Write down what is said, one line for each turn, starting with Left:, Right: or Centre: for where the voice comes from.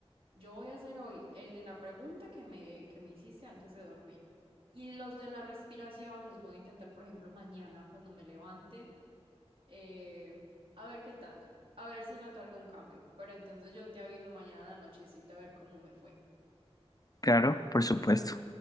Right: Yo voy a hacer hoy el de la pregunta que me, que me hiciste antes de dormir. Y los de la respiración los voy a intentar, por ejemplo, mañana cuando me levante. eh, a ver qué tal. A ver si noto algún cambio. Pero entonces yo te aviso mañana a la nochecita a ver cómo me fue.
Left: Claro, por supuesto.